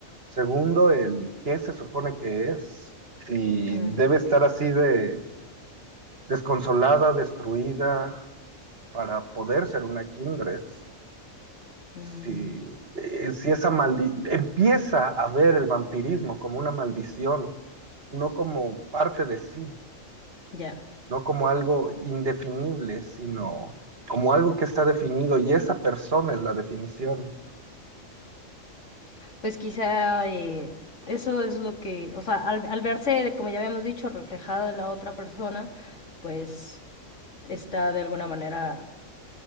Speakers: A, on the right (about 50°); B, on the left (about 60°).
A: Segundo, el qué se supone que es. Si
B: Mm,
A: debe estar así de desconsolada, destruida, para poder ser una kindred.
B: mm,
A: Si, eh, si esa maldi empieza a ver el vampirismo como una maldición, no como parte de sí.
B: ya.
A: no como algo indefinible, sino como algo que está definido y esa persona es la definición.
B: Pues quizá eh, eso es lo que, o sea, al, al verse, como ya habíamos dicho, reflejada en la otra persona, pues está de alguna manera